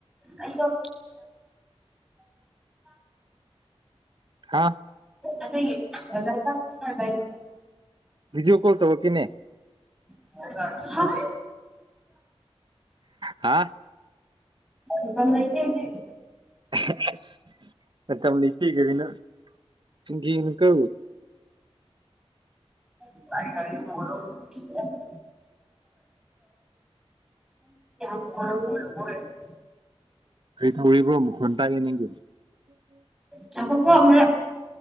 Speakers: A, in the centre; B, on the right.
A: ꯑꯩꯗꯣ
B: ꯍꯥꯥ
A: ꯑꯗꯨꯒꯤ <unintelligible> ꯑꯣꯏꯕꯩꯗꯣ
B: ꯚꯤꯗꯤꯑꯣ ꯀꯣꯜ ꯇꯧꯔꯛꯀꯦꯅꯦ
A: <unintelligible> ꯍꯥꯏ
B: ꯍꯥ
A: ꯃꯇꯝ ꯂꯩꯇꯦ ꯍꯧꯖꯤꯛ
B: ꯑꯩꯁ ꯃꯇꯝ ꯂꯩꯇꯦꯒꯥꯏꯅ ꯆꯤꯟ ꯊꯤꯒꯅꯨꯀꯣ
A: <unintelligible> <unintelligible>
B: ꯀꯔꯤ ꯊꯧꯔꯤꯕ꯭ꯔꯣ ꯃꯈꯣꯟ ꯇꯥꯏꯌꯦ ꯅꯤꯡꯗꯦ
A: ꯉꯥꯏꯈꯣꯀꯣ ꯑꯃꯔꯛ